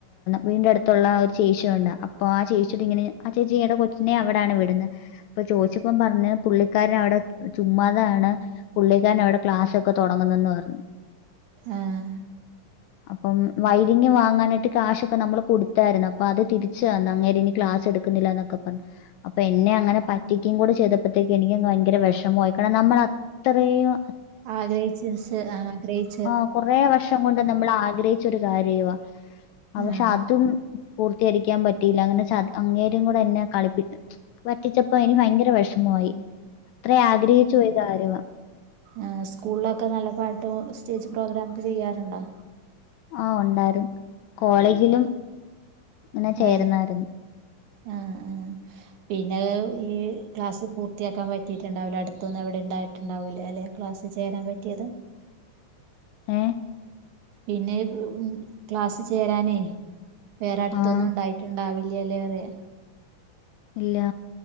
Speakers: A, on the left; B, on the right.
A: വീന്റെ അടുത്തുള്ള ഒരു ചേശിയുണ്ട് അപ്പൊ ആ ചേച്ചിട്ട ഇങ്ങനെ ആ ചേച്ചി ടെ കൊച്ചിനെ അവിടാണ് വിടുന്നത് അപ്പൊ ചോച്ചിച്ചിപ്പം പറഞ്ഞഞ് പുള്ളിക്കാരൻ അവിടെ ചുമ്മാതാണ് പുള്ളിക്കാരൻ അവിടെ ക്ലാസ്ൊക്കെ തുടങ്ങുന്നന്ന് പറഞ്ഞു
B: ആഹ്
A: അപ്പം വൈലിംഗങ് വാങ്ങാനായിട്ട് ക്യാഷ്ൊക്കെ നമ്മള് കൊടുത്തായിരുന്നു അപ്പൊ അത് തിരിച്ചു തന്ന അങ്ങേര ഇനി ക്ലാസ് എടുക്കുന്നില്ലന്നൊക്കെ പറഞ്ഞു അപ്പൊ എന്നെ അങ്ങനെ പറ്റിക്കയും കൂടെ ചെയ്തപ്പോഴത്തേക്ക് എനിക്ക് ഭയങ്കര വിഷമമായി കാരണം നമ്മള അത്രയും
B: ആഗ്രഹിച്ചു ആഗ്രഹിച്ചു
A: ആ കുറേ വർഷം കൊണ്ട് നമ്മള്- ആഗ്രഹിച്ചൊരു കാര്യവാ ആ പക്ഷെ
B: ആഹ്
A: അതും പൂർത്തീകരിക്കാൻ പറ്റിയില്ല അങ്ങനെ അങ്ങേരും കൂടെ എന്നെ കളിപ്പി പറ്റിച്ചപ്പോ ഇനി ഭയങ്കര വിഷമമായി അത്ര ആഗ്രഹിച്ചു പോയി കാര്യമാണ്
B: ആ സ്കൂളിലൊക്കെ നല്ല പാട്ടും- സ്റ്റേജ്പ്രോഗ്രാം ഒക്കെ ചെയ്യാറുണ്ടോ
A: ആഹ് ഉണ്ടായിരുന്നു കോളേജിലും ഇങ്ങനെ ചേരുന്നായിരുന്നു
B: ആ ആ ആ പിന്നെ ഈ ക്ലാസ് പൂർത്തിയാക്കാൻ പറ്റിട്ടുണ്ടാവില്ല അടുത്തൊന്നും എവിടെ ഉണ്ടായിട്ടുണ്ടാവില്ലേ അല്ലെ? ക്ലാസ് ചേരാൻ പറ്റിയത്
A: ഏ?
B: പിന്നെ ഉം ക്ലാസ്സ് ചേരാനേ. വേറെ അടുത്തൊന്നും
A: ആഹ്
B: ഉണ്ടായിട്ടുണ്ടാവി ലില്ല്യേറയാ.
A: ഇല്ല